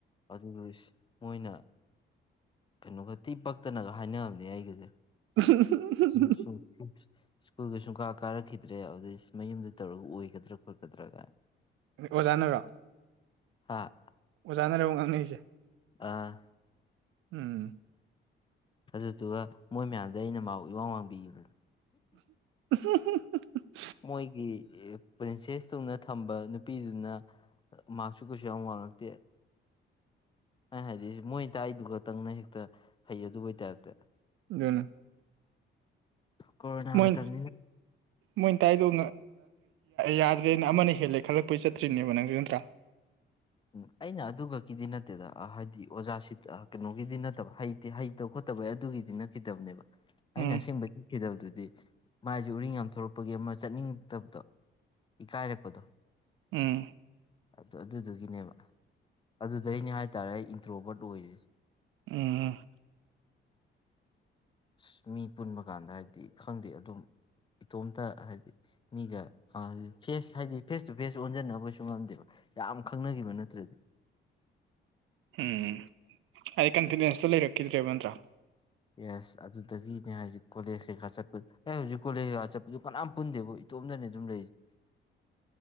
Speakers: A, on the left; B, on the right.
A: ꯑꯗꯨꯕꯨ ꯃꯣꯏꯅ ꯀꯩꯅꯣꯒ ꯊꯤ ꯄꯛꯇꯅꯒ ꯍꯥꯏꯅꯝꯅꯦ ꯑꯩꯒꯁꯦ
B: ꯎ
A: ꯎ ꯁ꯭ꯀꯨꯜꯒ ꯁꯨꯡ ꯀꯥ ꯀꯥꯔꯛꯈꯤꯗ꯭ꯔꯦ ꯑꯗꯨꯗ ꯃꯌꯨꯝꯗ ꯇꯧꯔꯒ ꯑꯣꯏꯒꯗ꯭ꯔꯥ ꯈꯣꯠꯀꯗ꯭ꯔꯥ ꯀꯥꯏ
B: ꯑꯣꯖꯥꯅꯒꯣ
A: ꯍꯥꯥ
B: ꯑꯣꯖꯥꯅꯔꯦꯕ ꯉꯥꯡꯅꯔꯤꯁꯦ
A: ꯑꯥ
B: ꯎꯝ
A: ꯑꯗꯨꯗꯨꯒ ꯃꯣꯏ ꯃꯌꯥꯝꯗ ꯑꯩꯅ ꯃꯥꯥꯎ ꯏꯋꯥ ꯋꯥꯡꯕꯤꯈꯤꯕꯅꯤ
B: <inaudible>
A: ꯃꯣꯏꯒꯤ ꯄ꯭ꯔꯤꯟꯁꯦꯁ ꯇꯨꯡꯅ ꯊꯝꯕ ꯅꯨꯄꯤꯗꯨꯅ ꯃꯥꯛꯁꯨ ꯀꯩꯁꯨ ꯌꯥꯝ ꯋꯥꯡꯉꯛꯇꯦ ꯍꯥꯏꯗꯤ ꯃꯣꯏ ꯇꯥꯛꯏꯗꯨ ꯈꯛꯇꯪꯅ ꯍꯦꯛꯇ ꯍꯩ ꯑꯗꯨꯩ ꯇꯥꯏꯞꯇ
B: ꯑꯗꯨꯅ
A: ꯀꯣꯔꯔꯣꯅꯥ
B: ꯃꯣꯏ
A: ꯃꯇꯝꯅꯤ
B: ꯃꯣꯏꯅ ꯇꯥꯏꯗꯧ ꯌꯥꯗ꯭ꯔꯦꯅ ꯑꯃꯅ ꯍꯦꯜꯂꯦ ꯈꯜꯂꯛꯄꯩ ꯆꯠꯇ꯭ꯔꯤꯅꯦꯕ ꯅꯪꯁꯨ ꯅꯠꯇ꯭ꯔꯥ
A: ꯎꯝ ꯑꯩꯅ ꯑꯗꯨ ꯈꯛꯀꯤꯗꯤ ꯅꯠꯇꯦꯗ ꯍꯥꯏꯗꯤ ꯑꯣꯖꯥꯁꯤ ꯀꯩꯅꯣꯒꯤꯗꯤ ꯅꯠꯇꯕ ꯍꯩ ꯍꯩꯇꯕ ꯈꯣꯠꯇꯕ ꯑꯗꯨꯒꯤꯗꯤ ꯅꯈꯤꯗꯕꯅꯦꯕ ꯑꯩꯅ
B: ꯎꯝ
A: ꯑꯁꯦꯡꯕꯒꯤ ꯁꯤꯗꯕꯗꯨꯗꯤ ꯃꯥꯏꯁꯦ ꯎꯔꯤꯡ ꯌꯥꯝ ꯊꯣꯛꯣꯔꯛꯄꯒꯤ ꯑꯃ ꯆꯠꯅꯤꯡꯛꯇꯕꯗꯣ ꯏꯀꯥꯏꯔꯛꯄꯗꯣ
B: ꯎꯝ
A: ꯑꯗꯨ ꯑꯗꯨꯗꯨꯒꯤꯅꯦꯕ ꯑꯗꯨꯗꯩꯅꯦ ꯍꯥꯏꯇꯥꯔꯦ ꯑꯩ ꯏꯟꯇ꯭ꯔꯣꯕꯔꯠ ꯑꯣꯏꯔꯤꯁꯦ
B: ꯑ
A: ꯑꯁ ꯃꯤ ꯄꯨꯟꯕ ꯀꯥꯟꯗ ꯍꯥꯏꯗꯤ ꯈꯪꯗꯦ ꯑꯗꯨꯝ ꯏꯇꯣꯝꯇ ꯍꯥꯏꯗꯤ ꯃꯤꯒ ꯐꯦꯁ ꯍꯥꯏꯗꯤ ꯐꯦꯁ ꯇꯨ ꯐꯦꯁ ꯑꯣꯟꯁꯤꯟꯅꯕ ꯀꯩꯁꯨ ꯉꯝꯗꯦꯕ ꯌꯥꯝ ꯈꯪꯅꯈꯤꯕ ꯅꯠꯇ꯭ꯔꯗꯤ
B: ꯎꯝ ꯑꯩꯗꯤ ꯀꯟꯐꯤꯗꯦꯟꯁꯇꯣ ꯂꯩꯔꯛꯈꯤꯗ꯭ꯔꯦꯕ ꯅꯠꯇ꯭ꯔꯥ
A: ꯌꯦꯁ ꯑꯗꯨꯗꯒꯤꯅꯦ ꯍꯧꯖꯤꯛ ꯀꯣꯂꯦꯖ ꯀꯩꯀꯥ ꯆꯠꯄꯗꯨ ꯑꯦ ꯍꯧꯖꯤꯛ ꯀꯣꯂꯦꯖ ꯀꯩꯀꯥ ꯆꯠꯄꯗꯨ ꯀꯅꯥꯝ ꯄꯨꯄꯟꯗꯦꯕꯨ ꯏꯇꯣꯝꯗꯅꯅꯦ ꯑꯗꯨꯝ ꯂꯩꯁꯦ